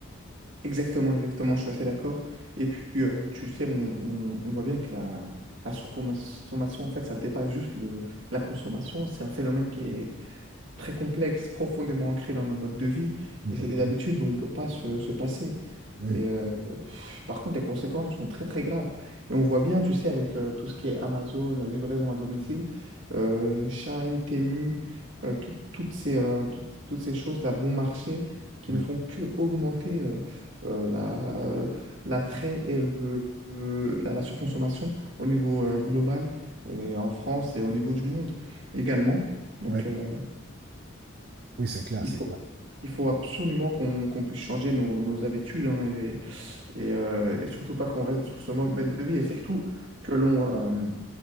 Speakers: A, on the right; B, on the right.
A: Exactement, exactement, je suis assez d'accord. Et puis, euh, tu sais, on, on- on voit bien que la, la surconsommation, en fait, ça dépasse juste le, la consommation. C'est un phénomène qui est très complexe, profondément ancré dans nos modes de vie,
B: Tout
A: et c'est
B: à fait.
A: des habitudes dont on ne peut pas se, se passer.
B: Oui,
A: Et, euh, Par contre, les conséquences sont très très graves. Et on voit bien, tu sais, avec euh, tout ce qui est Amazon, euh, livraison à domicile, euh, Shein, Temu, euh, tout- toutes ces, euh, toutes, toutes ces choses, la bon marché, qui
B: oui,
A: ne font que augmenter euh, euh, la, l'attrait et le, le- la, la surconsommation au niveau euh, global, et en France et au niveau du monde également. Donc,
B: oui,
A: euh,
B: oui, c'est clair,
A: il
B: c'est
A: faut,
B: clair.
A: il faut absolument qu'on qu'on puisse changer nos, nos habitudes hein, et, euh, et surtout pas qu'on reste sur ce mode de vie et surtout que l'on euh,